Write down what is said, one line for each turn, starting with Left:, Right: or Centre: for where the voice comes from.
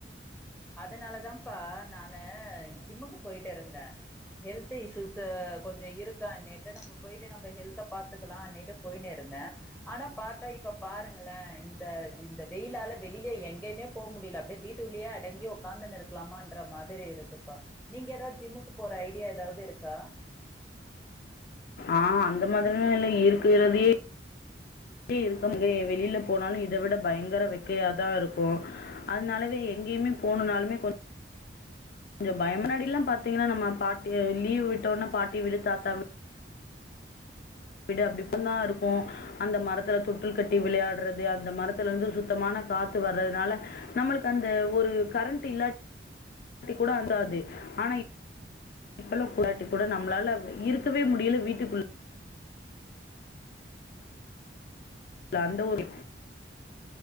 Centre: அதனாலதாம்ப்பா நானு ஜிம்முக்கு போயிட்டுருந்தே ஹெல்த்து இஷ்யூஸு கொஞ்சோ இருக்கானீட்டு நம்மப் போயிட்டு நம்ப ஹெல்த்த பாத்துக்கலானீட்டு போயினுருந்தே ஆனாப் பாத்தா இப்பப் பாருங்களே இந்த இது இந்த வெயிலால வெளிலியே எங்கயுமே போம்முடில அப்டியே வீட் டுலியே அடங்கி ஒக்காந்துனுருக்லாமான்ற மாதிரி இருக்குப்பா நீங்க எதாவ் ஜிம்முக்கு போற ஐடியா எதாவுது இருக்கா
Left: ஆ அந்த மாதிரிலா இல்ல இருக்கிறதையே கே இருக்கம்கே வெளிலப் போனாலு இத விட பயங்கர வெக்கையாதா இருக்கு அதனாலவே எங்கியுமே போனுனாலுமே கொஞ் ஞ்சோ பயம முன்னாடி எல்லாம் பாத்தீங்கனா நம்ம பாட்டி லீவ் விட்டோனாப் பாட்டி விடு தாத்தா வி விடு அப்டி இப்பந்தா இருக்கு அந்த மரத்துல தொட்டில் கட்டி விளையாடறது அந்த மரத்துல இருந்து சுத்தமானக் காத்து வறதுனால நம்மளுக்கு அந்த ஒரு கரண்ட்டு இல்லாட்டி கூட அந்தாது ஆனா இ இப்பலு <unintelligible> கூட நம்ளால இருக்கவே முடியல வீட்டுக்குள் ள அந்த ஒரு